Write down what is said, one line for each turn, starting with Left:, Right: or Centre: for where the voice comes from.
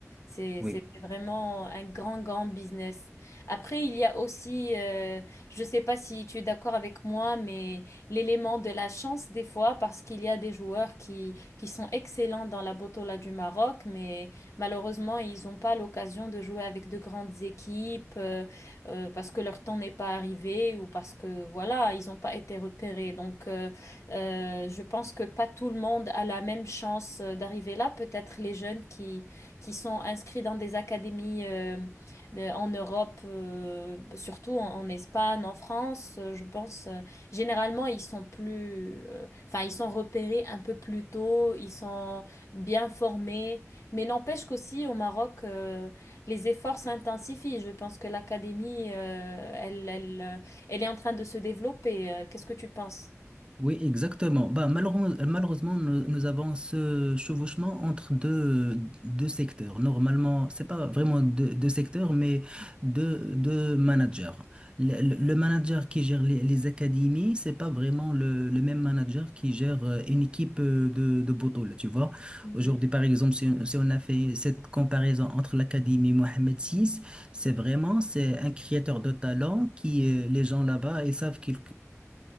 Left: C'est,
Right: Oui.
Left: c'est vraiment un grand, grand business. Après, il y a aussi, euh, je ne sais pas si tu es d'accord avec moi, mais l'élément de la chance des fois, parce qu'il y a des joueurs qui, qui sont excellents dans la Botola du Maroc, mais malheureusement, ils n'ont pas l'occasion de jouer avec de grandes équipes. euh, euh, parce que leur temps n'est pas arrivé ou parce que voilà, ils n'ont pas été repérés. Donc, euh, euh, je pense que pas tout le monde a la même chance euh, d'arriver là. Peut-être les jeunes qui, qui sont inscrits dans des académies euh, de- en Europe, euh, surtout en, en Espagne, en France, euh, je pense, euh, généralement, ils sont plus, euh, enfin, ils sont repérés un peu plus tôt, ils sont bien formés. Mais n'empêche qu'aussi au Maroc, euh, les efforts s'intensifient. Je pense que l'académie, euh, elle, elle, euh, elle est en train de se développer. Euh, Qu'est-ce que tu penses?
Right: Oui, exactement. Bah, malheureusement, malheureusement, nous, nous avons ce chevauchement entre deux, deux secteurs. Normalement, c'est pas vraiment deux, deux secteurs, mais deux, deux managers. Le, le- le manager qui gère les, les académies, c'est pas vraiment le, le même manager qui gère euh, une équipe euh, de, de Botola, tu vois.
Left: Mhm.
Right: Aujourd'hui, par exemple, si, si on a fait cette comparaison entre l'académie Mohamed VI, c'est vraiment c'est un créateur de talent qui, euh, les gens là-bas, ils savent qu'il